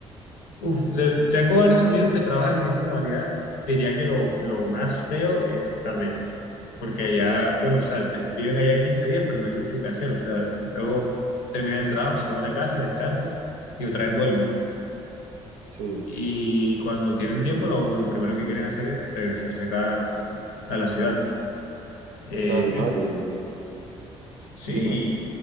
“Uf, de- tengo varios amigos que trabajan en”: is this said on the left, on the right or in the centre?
Left